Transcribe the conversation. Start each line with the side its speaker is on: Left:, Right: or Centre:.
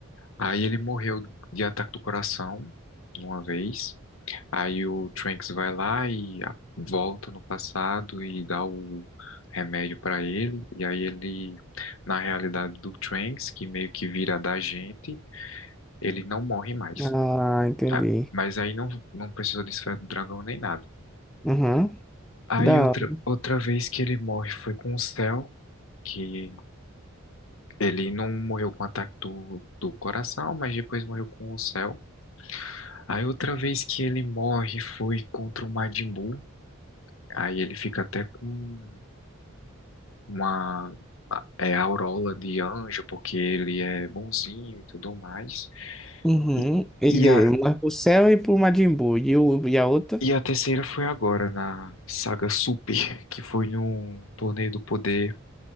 Left: Aí ele morreu de ataque do coração uma vez. Aí o Trunks vai lá e a- volta no passado e dá o remédio pra ele. E aí ele, na realidade do Trunks, que meio que vira da gente, ele não morre mais.
Centre: Ah, entendi.
Left: Ah, mas aí não, não precisou de esfera do dragão nem nada.
Centre: Uhum.
Left: Aí
Centre: Da...
Left: outra,
Centre: hora.
Left: outra vez que ele morre foi com o Cell, que ele não morreu com ataque do, do coração, mas depois morreu com o Cell. Aí outra vez que ele morre foi contra o Majin Buu. Aí ele fica até com uma a- é, aureola de anjo, porque ele é bonzinho e tudo mais.
Centre: Uhum.
Left: E,
Centre: Ele
Left: e a,
Centre: morre pro céu e pro Majin Buu. E, o, e a outra?
Left: e a terceira foi agora, na saga Super, <laughs> que foi num torneio do poder